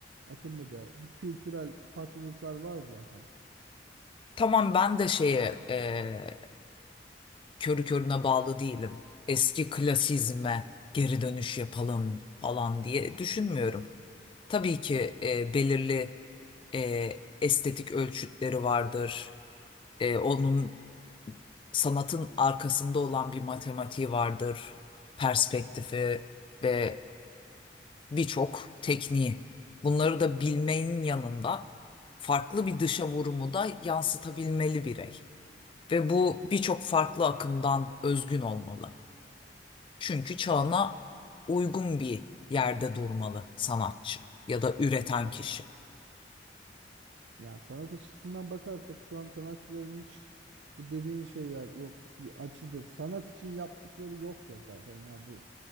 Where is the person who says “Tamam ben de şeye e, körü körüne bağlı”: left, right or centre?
Left